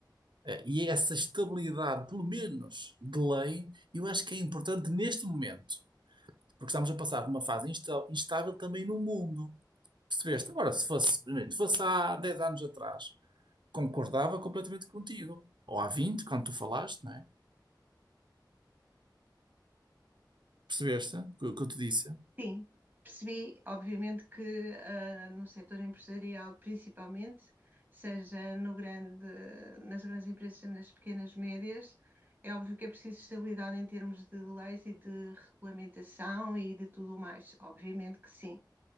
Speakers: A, on the right; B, on the right.
A: Eh, E é essa estabilidade, pelo menos de lei, eu acho que é importante neste momento, porque estamos a passar por uma fase insta- instável também no mundo. Percebeste? Agora, se fosse, primeiro, se fosse há 10 anos atrás, concordava completamente contigo. Ou há 20 quando tu falaste, não é? Percebeste o que o que eu te disse?
B: sim. Percebi, obviamente, que ah, no setor empresarial, principalmente, seja no grande, nas grandes empresas, nas pequenas médias, é óbvio que é preciso estabilidade em termos de leis e de regulamentação e de tudo mais. Obviamente que sim.